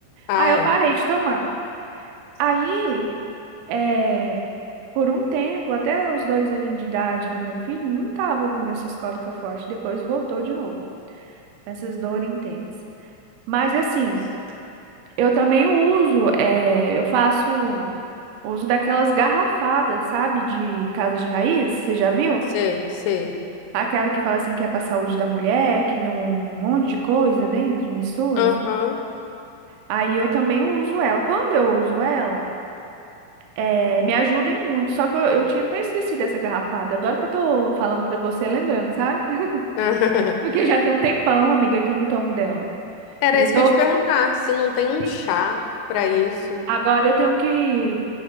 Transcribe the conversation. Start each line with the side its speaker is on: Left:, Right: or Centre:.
Left: Ah,
Right: Aí eu
Left: é.
Right: parei de tomar. Aí, é, por um tempo, até os dois aninhos de idade do meu filho, não tava vindo essa escólica forte, depois voltou de novo, essas dores intensas. Mas assim, eu também uso, é, eu faço uso daquelas garrafadas, sabe, de casa de raiz, você já viu?
Left: Sei, sei.
Right: Aquela que fala assim que é pra saúde da mulher, que vem um monte de coisa dentro, mistura.
Left: Aham.
Right: Aí eu também uso ela. Quando eu uso ela, é, me ajuda em muito. Só que eu, eu tinha até esquecido essa garrafada. Agora que eu tô falando pra você, lembrando, sabe? <laughs>
Left: <laughs>
Right: Porque já tem um tempão, amiga, que eu não tomo dela.
Left: Era
Right: Eu
Left: isso
Right: tô.
Left: que eu ia te perguntar, se não tem um
Right: assim,
Left: chá pra isso.
Right: Agora eu tenho que,